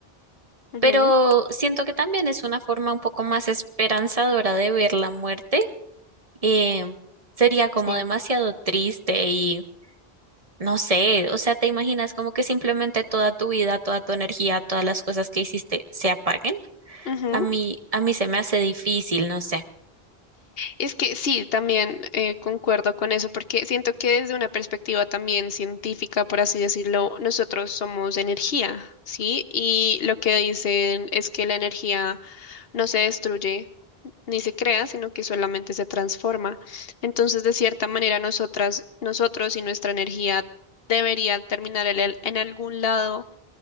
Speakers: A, on the left; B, on the right.
A: Ujú,
B: pero siento que también es una forma un poco más esperanzadora de ver la muerte. eh, sería como
A: sí.
B: demasiado triste y no sé, o sea, te imaginas como que simplemente toda tu vida, toda tu energía, todas las cosas que hiciste se apaguen.
A: Ujú.
B: A mí, a mí se me hace difícil, no sé.
A: Es que sí, también eh, concuerdo con eso, porque siento que desde una perspectiva también científica, por así decirlo, nosotros somos energía, ¿sí? Y lo que dicen es que la energía no se destruye, ni se crea, sino que solamente se transforma. Entonces, de cierta manera, nosotras, nosotros y nuestra energía debería terminar en, el- en algún lado,